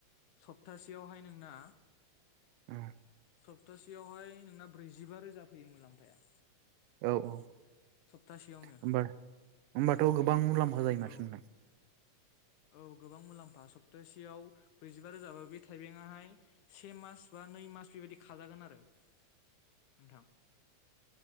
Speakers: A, on the left (about 75°); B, on the right (about 85°).
A: सप्तासेयावहाय नोंना
B: उम
A: सप्तासेयावहाय नोंना ब्रैजिबा रोजा फैयो मुलाम्फाया
B: औ औ।
A: सप्तासेयावनो
B: होमबा होमबाथ' गोबां मुलाम्फा जायो नोंथां
A: औ औ गोबां मुलाम्फा स दसेयाव ब्रैजिबा रोजाबो बे थाइबेंहाय से मास बा नै मास बेबायदि खाजागोन आरो। नोंथां